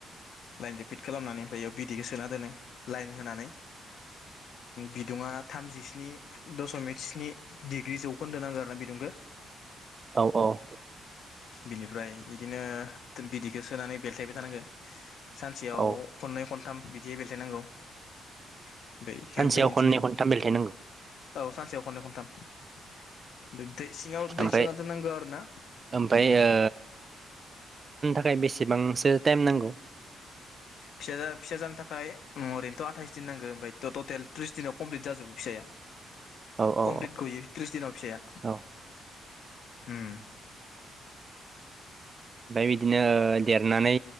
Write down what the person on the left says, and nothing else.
लाइनजों फिट खालामनानै ओमफ्राय बेयाव बिदैखौ सोना दोनो लाइन होनानै बिदुङा थामजिस्नि दशमिक स्नि डिग्रि जौखोन्दो नांगो आरो ना बिदुंखो
बिनिफ्राय बिदिनो बिदैखो सोनानै बेलथायबाय थानांगो सानसेयाव
खननै खनथाम बिदि बेलथायनांगौ। ओमफ्राय हिउमेनिटिनि
औ सानसेयाव खननै खनथाम दै सिंआव
दै सोना दोननांगौ आरोना
फिसा फिसा जानो थाखाय अ ओरैनोथ' आथाइस दिन नांगौ ओमफ्राय थ ट'टेल थ्रिस दिनाव कमप्लिट जाजोबो फिसाया।
कमप्लिट गयो त्रिस दिनाव फिसाया।
ओम